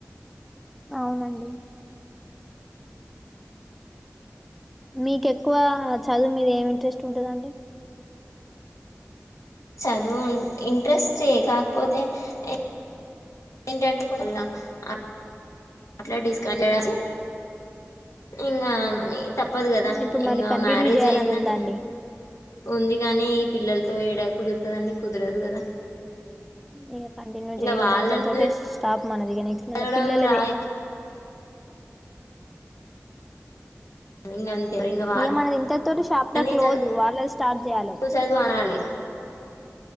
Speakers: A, in the centre; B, on the left (about 90°).
A: అవునండి మీకు ఎక్కువ చదువు మీద ఏం ఇంట్రెస్ట్ ఉంటదండి?
B: చదువు ఇంట్రెస్టే కాకపోతే ఎ ఏంటంటే కొ <inaudible> లా ఆ అట్లా డిస్ <unintelligible> సి ఇంగ ఉ తప్పదు కదా
A: ఇప్పుడు మళ్ళీ
B: ఇంకా
A: కంటిన్యూ
B: మ్యారేజ్
A: చేయాలని
B: అయిందంటే
A: ఉందాండి
B: ఉంది కానీ పిల్లలతో ఏడా కుదురుతదండి కుదరదు కదా
A: ఇంక కంటిన్యూ
B: ఇంకా
A: చేయలే
B: వాళ్ళని
A: ఇంటర్ తోటే స్టాప్ మనది నెక్స్ట్
B: చదవడం
A: మన పిల్లదే
B: రాయ ఇంకా అంతే ఇంకా
A: ఏమనది ఇంతటి తోటి చాప్టర్
B: వాళ్ళనే
A: క్లోజ్
B: చ
A: వాళ్ళది స్టార్ట్ చేయ్యాలి
B: చదువు అనాలి